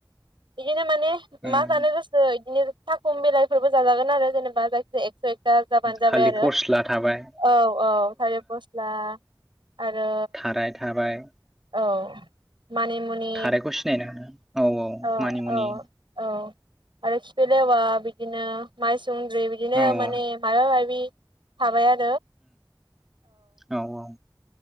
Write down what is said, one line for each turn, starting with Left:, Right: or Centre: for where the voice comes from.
Right: बिदिनो माने
Centre: औ
Right: मा जानो गोसो बिदिनो साखम बिलाइफोरबो जाजागोन आरो जेनेबा जायखि एकस एकथा जाबानो जाबाय
Centre: थालिर
Right: आरो
Centre: फस्ला थाबाय
Right: औ औ थालिर फस्ला आरो
Centre: थाराय थाबाय
Right: औ। मानिमुनि
Centre: थारायखौ सिनायो नों औ औ
Right: ओ
Centre: मानि मुनि
Right: औ औ आरो खिफिलेवा बिदिनो माइ सुनद्रि बिदिनो
Centre: औ औ
Right: माने मायाबा माबि थाबाय आरो
Centre: औ औ